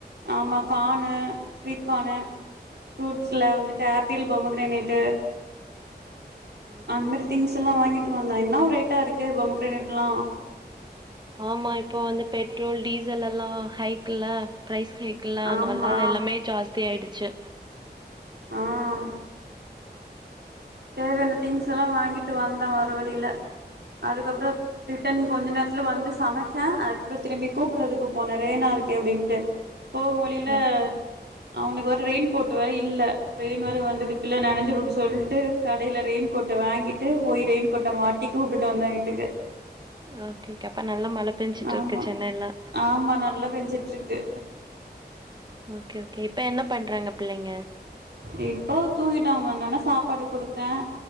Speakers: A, on the right; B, on the right.
A: ஆமாம் கான்னு ஸ்வீட் கான்னு ஃப்ரூட்ஸ் ல வந்துட்டு ஆப்பிள் பொமகிரனைட்
B: ம்.
A: அந்திர திங்ஸ் வாங்கிட்டு வந்தான் என்ன ரேட்டா இருக்கு பொமகிரேட்லாம்
B: ஆமா இப்போ வந்து பெட்ரோல் டீசல் எல்லாம் ஹைக்ல்ல ப்ரைஸ் சைக்கிள்லாம்
A: ஆமா
B: நல்லா எல்லாமே ஜாஸ்தி ஆயிடுச்சு
A: ஆஹ் தேவையான திங்ஸ்ல்லாம் வாங்கிட்டு வந்தேன் வர வழில அதுக்கப்புறம் ரிட்டன் கொஞ்ச நேரத்துல வந்து சமைச்சேன் அதுக்கப்புறம் திரும்பி கூப்பிறதுக்கு போனே ரெய்னா இருக்கே அப்படின்னுட்டு போகும் வழியில
B: ம்
A: அவனுக்கு வேற ரெயின்கோட் வேற இல்ல ரெயின் வேற வந்தது பிள்ள நெனைஞ்சிடும்னு சொல்ட்டு கடையில ரெயின்கோட்ட வாங்கிட்டு போய் ரெயின்கோட்ட மாட்டி கூப்பிட்டு வந்தேன் வீட்டுக்கு
B: ஓகே ஓகே அப்ப நல்லா மழ பெஞ்சுட்டு
A: ஆமா
B: இருக்கு சென்னைல
A: ஆமா நல்லா பெஞ்சிட்ருக்கு
B: ஓகே ஓகே இப்ப என்ன பண்றாங்க பிள்ளைங்க
A: இப்போ தூங்கிட்டாங்க வந்தொன்ன சாப்பாடு கொடுத்தேன்